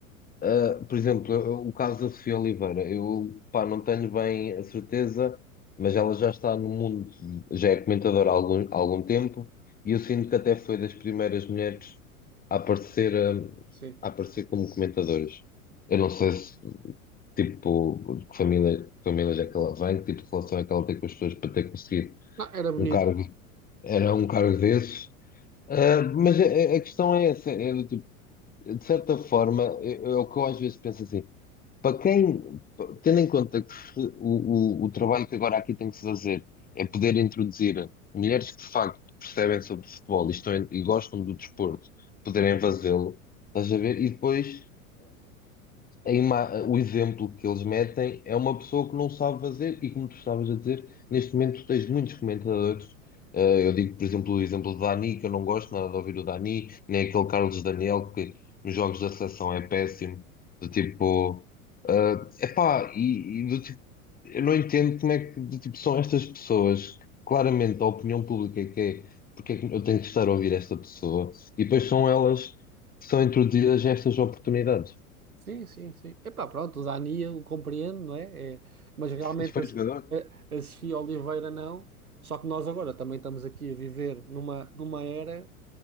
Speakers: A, on the left; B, on the right.
A: Uh, por exemplo, eu- o caso da Sofia Oliveira, eu pá, não tenho bem a certeza, mas ela já está no mundo, já é comentadora há algum, há algum tempo, e eu sinto que até foi das primeiras mulheres a aparecer, um,
B: sim.
A: a, aparecer como comentadoras. Eu não sei se, tipo, de que família, de que família é que ela vem, que tipo de relação é que ela tem com as pessoas para ter conseguido
B: Não, era bonito.
A: um cargo, era um cargo desses. Uh, mas a, a- a questão é essa, é do tipo. De certa forma, é é o que eu às vezes penso assim, para quem, pa- tendo em conta que se- o, o, o trabalho que agora aqui tem que se fazer é poder introduzir mulheres que de facto percebem sobre futebol e, estão, em- e gostam do desporto, poderem fazê-lo, estás a ver? E depois a ima- o exemplo que eles metem é uma pessoa que não sabe fazer, e como tu estavas a dizer, neste momento tens muitos comentadores. eh, eu digo, por exemplo, o exemplo do Dani, que eu não gosto nada de ouvir o Dani, nem aquele Carlos Daniel, que nos jogos da seleção é péssimo, do tipo, é epá, e, e do tipo, eu não entendo como é que do tipo, são estas pessoas, que claramente a opinião pública é que é, porque é que eu tenho que estar a ouvir esta pessoa, e depois são elas que são introduzidas a estas oportunidades.
B: Sim, sim, sim. Epá, pronto, o Dani eu compreendo, não é? É, mas realmente
A: se Foi
B: a,
A: jogador?
B: a- a Sofia Oliveira não. Só que nós agora também estamos aqui a viver numa, numa era